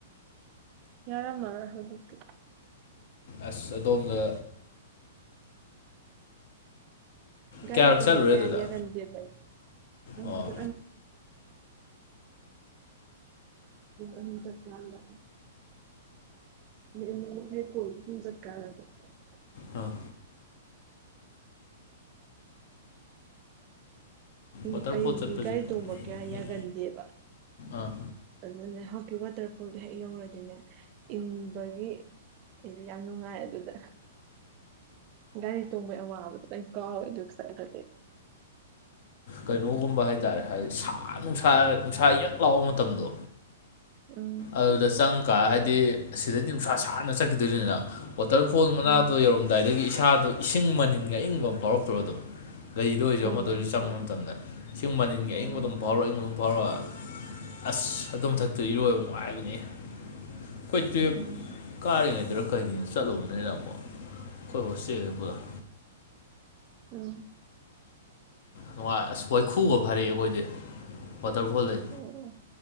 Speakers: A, on the right; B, on the left.
A: ꯌꯥꯔꯃ ꯃꯥꯔꯧꯏ ꯍꯧꯖꯤꯀꯇꯤ
B: ꯑꯁ ꯑꯗꯣꯝꯅ
A: ꯒꯥꯔꯤ
B: ꯀꯌꯥꯔꯛ
A: ꯊꯣꯡꯕ
B: ꯆꯠꯂꯨꯔꯦ
A: ꯀꯌꯥ
B: ꯑꯗꯨꯗ
A: ꯌꯥꯒꯟꯗꯦꯕ ꯑꯩꯗꯣ
B: ꯑꯣ
A: ꯑꯅꯤ <unintelligible> <unintelligible>
B: ꯑꯥ
A: ꯎꯝ
B: ꯋꯥꯇꯔꯐꯣꯜ
A: ꯑꯩꯗꯤ
B: ꯆꯠꯄꯁꯦ
A: ꯒꯥꯔꯤ ꯊꯣꯡꯕ ꯀꯌꯥ
B: ꯎꯝ
A: ꯌꯥꯒꯟꯗꯦꯕ
B: ꯑꯥ
A: ꯑꯗꯨꯅꯦ ꯍꯧꯖꯤꯛꯀꯤ ꯋꯥꯇꯔꯐꯣꯜꯗꯣ ꯍꯦꯛ ꯌꯧꯔꯗꯤꯅꯦ ꯏꯪꯕꯒꯤ ꯑꯩꯗꯤ ꯌꯥꯝ ꯅꯨꯡꯉꯥꯏ ꯑꯗꯨꯗ ꯒꯥꯔꯤ ꯇꯣꯡꯕꯒꯤ ꯑꯋꯥꯕꯗꯣ ꯂꫭꯏ ꯀꯥꯎꯋꯦ ꯑꯗꯨꯒꯤ ꯁꯋꯥꯏꯗꯗꯤ
B: ꯀꯩꯅꯣꯒꯨꯝꯕ ꯍꯥꯏꯇꯥꯔꯦ ꯍꯥꯏꯗꯤ ꯁꯥ ꯅꯨꯡꯁꯥ ꯅꯨꯡꯁꯥ ꯌꯛ ꯂꯥꯎꯕ ꯃꯇꯝꯗꯣ
A: ꯎꯝ
B: ꯑꯗꯨꯗ ꯆꯪꯀꯥꯟ ꯍꯥꯏꯗꯤ ꯑꯁꯤꯗꯗꯤ ꯅꯨꯡꯁꯥ ꯁꯥꯡꯅ ꯆꯠꯈꯤꯗꯣꯏꯅꯤꯅ ꯋꯥꯇꯔꯐꯣꯜ ꯃꯅꯥꯗꯣ
A: ꯎꯝ
B: ꯌꯧꯔꯝꯗꯥꯏꯗꯒꯤ ꯏꯁꯥꯗꯣ ꯏꯁꯤꯡ ꯃꯅꯤꯟꯒ ꯑꯏꯪꯕ ꯐꯥꯎꯔꯛꯇ꯭ꯔꯣ ꯑꯗꯨꯝ ꯒꯥꯔꯤꯗ ꯑꯣꯏꯔꯁꯨ
A: ꯎꯝ
B: ꯑꯃꯗ ꯑꯣꯏꯔꯁꯨ
A: ꯐꯔꯦ
B: ꯆꯪꯕ ꯃꯇꯝꯗ ꯏꯁꯤꯡ ꯃꯅꯤꯟꯒꯤ ꯑꯌꯪꯕ
A: ꯎꯝ
B: ꯑꯗꯨꯝ ꯐꯥꯎꯔꯛꯑꯣ ꯑꯌꯤꯡꯕ ꯐꯥꯎꯔꯛ ꯑꯁ ꯑꯗꯨ ꯃꯊꯛꯇꯣ ꯏꯔꯣꯏꯕ ꯅꯨꯡꯉꯥꯏꯕꯅꯤꯍꯦ ꯑꯩꯈꫭꯏ ꯇꯨꯏꯌꯦꯞ
A: ꯎꯝ
B: ꯀꯥꯔꯤꯉꯩꯗꯔ ꯀꯩꯔꯤꯅꫭ ꯆꯠꯂꯨꯕꯅꯤꯅ ꯑꯃꯨꯛ ꯑꯩꯈꯣꯏ ꯍꯣꯁꯇꯦꯜꯖꯦ ꯄꯨꯂꯞ
A: ꯎꯝ
B: ꯅꯨꯡꯉꯥꯏ ꯑꯁ ꯋꯥꯏꯈꯨꯒ ꯐꯔꯛꯑꯦ ꯑꯩꯈꯣꯏꯗꯤ ꯋꯥꯇꯔꯐꯣꯜ ꯗꯩ
A: ꯑꯣ ꯑꫭ